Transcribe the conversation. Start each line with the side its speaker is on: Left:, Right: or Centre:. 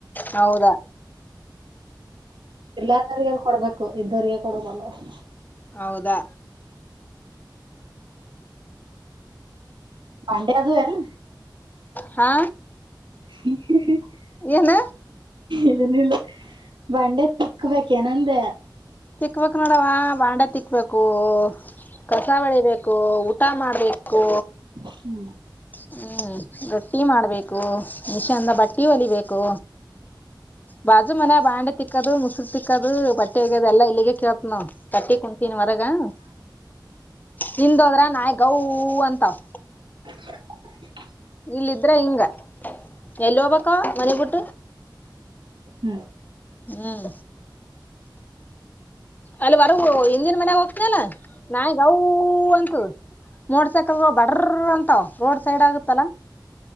Left: ಹೌದಾ
Right: ಇಲ್ಲಾದ್ರಗಏನ್ ಕೊಡ್ಬೇಕು ಇದ್ದರಿಗೆ ಕೊಡಬೇಕು ಅನ್ನೋ
Left: ಹೌದಾ
Right: ಬಾಂಡ್ಯ ಅದಾವೆನ್
Left: ಹಾ
Right: ಮ <inaudible>
Left: ಏನ
Right: ಇದನಿಲ್ಲ ಬಂಡೆ ತಿಕ್ಬೇಕೇಏನಂದ
Left: ತಿಕ್ಬೇಕಕ್ ನೋಡವಾ ಬಾಂಡೆ ತಿಕ್ಬೇಕು. ಕಸಾವಳಿಬೇಕು ಊಟ ಮಾಡಬೇಕು
Right: ಹ್ಮ್
Left: ಹ್ಮ್ ರೊಟ್ಟಿ ಮಾಡ್ಬೇಕು ಮೀಶಂದ ಬಟ್ಟಿ ಒಲಿಬೇಕು ಬಾಜು ಮನ ಬಾಂಡೆ ತಿಕ್ಕೋದು ಮುಸರು ತಿಕ್ಕದು ಬಟ್ಟೆ ಹೇಗದ ಎಲ್ಲ ಇಲ್ಲಿಗೆ ಕೇಳತ್ ನೋಡು. ಕಟ್ಟಿ ಕುತೀನ್ ಹೊರಗ ನಿಿಂದ ಹೋದ್ರ ನಾಯಿಗೌ ಅಂತವಾ
Right: <inaudible>
Left: ಇಲ್ಲ ಇದ್ರೆ ಹಿಂಗ ಎಲ್ಲಿ ಹೋಗ್ಬೇಕ ಮನೆ ಬಿುಟ್ಟು
Right: ಹ್ಮ್
Left: ಹ್ಮ್ ಅಲ್ಲಿ ಬರಗ ಹಿಂದಿನ ಮನ್ಯಾಗ ಹೋಗ್ತನಲ್ಲ ನಾಯಗವು ಅಂತ ಮೋಡ್ಸಕಲ್ ಬಡ್ರ ಅಂತಾವ ರೋಡ್ ಸೈಡ್ ಆಗುತ್ತಲ್ಲಾ